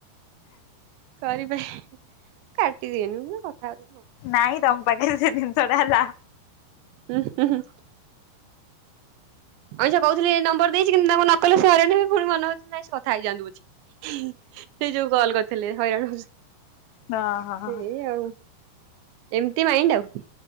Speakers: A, on the right; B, on the left.
A: କରିପାରେନି କାଟିଦିଏନି ମୁଁ କହିଲି କଥା ଆଉ।
B: ନାଇଁ ତମ୍ ପାଖରେ ସେ ଜିନିଷଟା ହେଲା।
A: ହୁଁ ହୁଁ। ଅଇଁଛା କହୁଥିଲି ନମ୍ବର ଦେଇଚି କିନ୍ତ ତାଙ୍କୁ ନ କହିଲେ ସେ ହଇରାଣ ପୁଣି ମନେହଉଛି ନାଇ ସେ କଥା ହେଇଯାନ୍ତୁ। ସେଇ ଯୋଉ କଲ କରିଥିଲେ। ହଇରାଣ
B: ହଁ ହଁ।
A: ଏଇ ଆଉ ଏମିତି ମାଇଣ୍ଡ ଆଉ